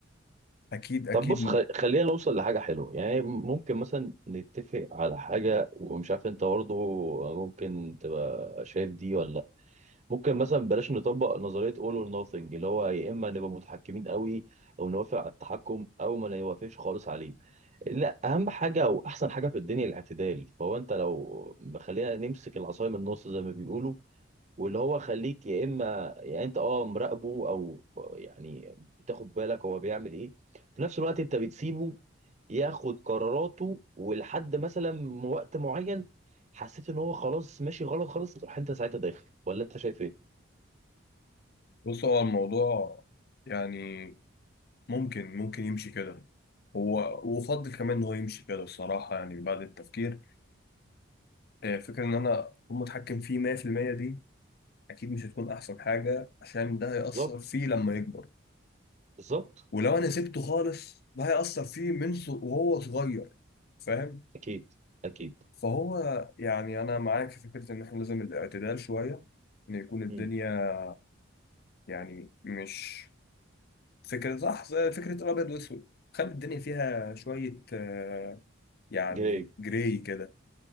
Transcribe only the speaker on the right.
طب بص خ- خلينا نوصل لحاجه حلوه يعني ممكن مثلا نتفق على حاجه ومش عارف انت برضه ممكن تبقى شايف دي ولا ممكن مثلا بلاش نطبق نظرية all or nothing اللي هو يا إما نبقى متحكمين قوي أو نوافق على التحكم أو ما نوافقش خالص عليه لا أهم حاجة وأحسن حاجة في الدنيا الاعتدال فهو أنت لو خلينا نمسك العصاية من النص زي ما بيقولوا واللي هو خليك يا إما يعني أنت أه مراقبه أو يعني بتاخد بالك هو بيعمل إيه في نفس الوقت أنت بتسيبه ياخد قراراته ولحد مثلا وقت معين حسيت إن هو خلاص ماشي غلط خالص تروح أنت ساعتها داخل ولا أنت شايف إيه؟
بالظبط
بالظبط
اكيد اكيد
امم
جاي